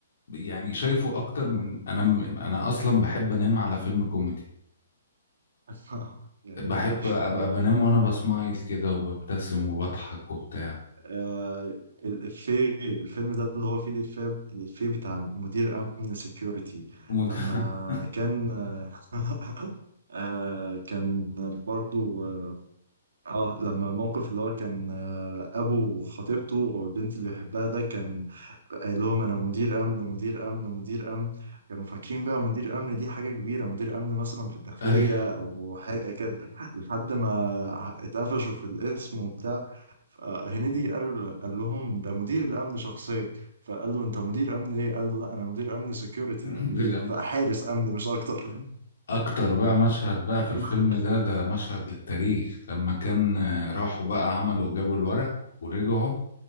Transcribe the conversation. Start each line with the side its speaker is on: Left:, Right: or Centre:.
Left: يعني شايفه اكتر من انا م- انا اصلا بحب انام على فيلم كوميدي
Right: <laughs> جميل
Left: بحب
Right: أوي.
Left: ابقى بنام وانا بسمايل كده وببتسم وبضحك وبتاع
Right: آه الإفيه الفيلم ده اللي هو فيه الإفيه الإفيه بتاع مدير أمن سيكيورتي
Left: مد...
Right: لما
Left: <laughs>
Right: كان آه <laughs> آه، كان برضو اه لما موقف اللي هو كان آه، ابو خطيبته والبنت اللي بيحبها ده كان قايل لهم انا مدير امن مدير امن مدير امن كانوا فاكرين بقى مدير امن دي حاجه كبيره مدير امن مثلا في الداخليه
Left: ايوه
Right: او حاجه كده لحد ما اتقفشوا في الاسم وبتاع فهنيدي قال قال لهم ده مدير الامن شخصيا فقال له انت مدير امن ايه قال له لا انا مدير امن سكيورتي
Left: مدير
Right: يعني بقى
Left: أمن.
Right: حارس امن مش اكتر
Left: اكتر بقى مشهد بقى في الفيلم
Right: <laughs>
Left: ده ده مشهد للتاريخ لما كان آه، راحوا بقى عملوا جابوا الورق ورجعوا